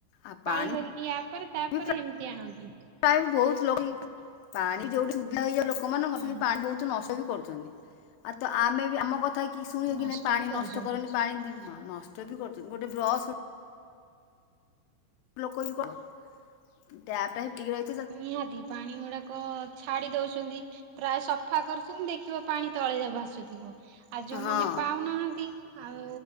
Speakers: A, on the left; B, on the right.
A: ଆଉ ପାଣି
B: ପାଳି କରିକି ୟା ପରେ ତାପରେ
A: ବି
B: ଏମିତି ଆଣନ୍ତି।
A: ପ୍ରାୟ ବହୁତ ଲୋକ ପାଣି ଯୋଉଠି ସୁବିଧା ହେଇଯିବ ଲୋକ ମାନ ଙ୍କ
B: ହୁଁ
A: ରପାଣି ବହୁତ ନଷ୍ଟ ବି କରୁଛନ୍ତି। ଆଉ ଆମ କଥା କେହି ଶୁଣୀବେ
B: ନଷ୍ଟ
A: କି ପାଣି
B: ବି କରୁଛନ୍ତି।
A: ନଷ୍ଟ କରନାହିଁ। ପାଣି ବହୁତ୍ ନଷ୍ଟ ବି କରୁଛନ୍ତି। ଗୋଟେ ବ୍ରସ୍ ଲୋକ ବି କ ରୁଛନ୍ତି। ଟ୍ୟାପ ଟା ସେତିକି ରହିଛି
B: ନିହାତି ପାଣି ଗୁଡାକ ଛାଡି ଦଉଛନ୍ତି। ପ୍ରାୟ ସଫା କରୁଛନ୍ତି ଦେଖିବ ପାଣି ତଳେ ଭାସୁଥିବ। ଆଉ ଯୋଉମାନେ
A: ହଁ
B: ପାଉନାହାନ୍ତି। ଆଉ